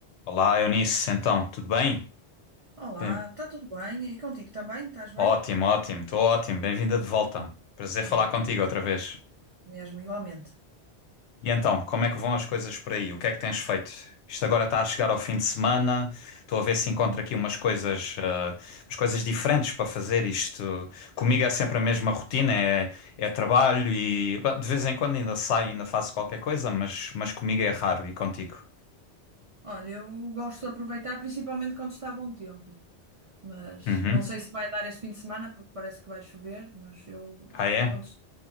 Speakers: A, on the left; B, on the right.
A: Olá, Eunice, então, tudo bem?
B: Olá,
A: Bem-
B: está tudo bem? E contigo também? Estás bem?
A: Ótimo, ótimo, estou ótimo, bem-vinda de volta. Prazer falar
B: Ainda
A: contigo
B: bem,
A: outra vez.
B: mesmo, igualmente.
A: E então, como é que vão as coisas por aí? O que é que tens feito? Isto agora está a chegar ao fim de semana, estou a ver se encontro
B: Hum.
A: aqui umas coisas, ah, umas coisas diferentes para fazer. Isto comigo é sempre a mesma rotina, é, é trabalho e bah, de vez em quando ainda saio, ainda faço qualquer coisa, mas, mas comigo é raro e contigo.
B: Olha, eu gosto de aproveitar, principalmente quando está bom tempo. Mas
A: Uhum.
B: não sei se vai dar este fim de semana, porque parece que vai chover, mas eu
A: Ah, é?
B: quando... est-